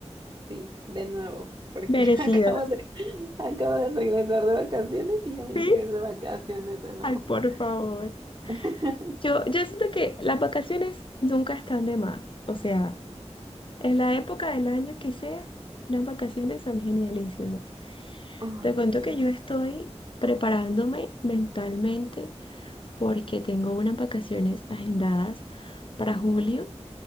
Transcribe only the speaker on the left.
merecidas.
Sí,
ay, por favor.
Yo, yo siento que las vacaciones nunca están de más. O sea, en la época del año que sea, las vacaciones son genialísimas.
Te cuento
que yo estoy preparándome mentalmente porque tengo unas vacaciones agendadas para julio